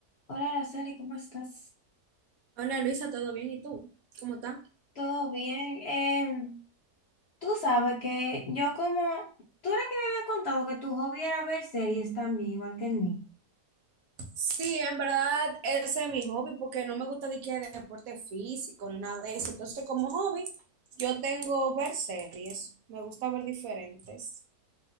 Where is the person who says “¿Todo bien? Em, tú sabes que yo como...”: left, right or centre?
Left